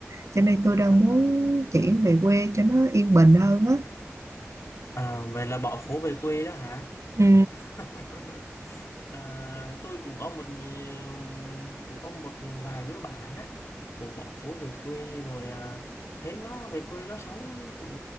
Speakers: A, on the right; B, on the left.
A: cho nên tôi đang
B: À,
A: muốn chuyển về quê cho nó yên bình hơn á
B: à, vậy là bỏ phố về quê đó hả? <laughs>
A: Ừ,
B: à, tôi cũng có một nhi- cũng có một vài đứa bạn á cũng bỏ phố về quê rồi à, thấy nó về quê nó sống cũng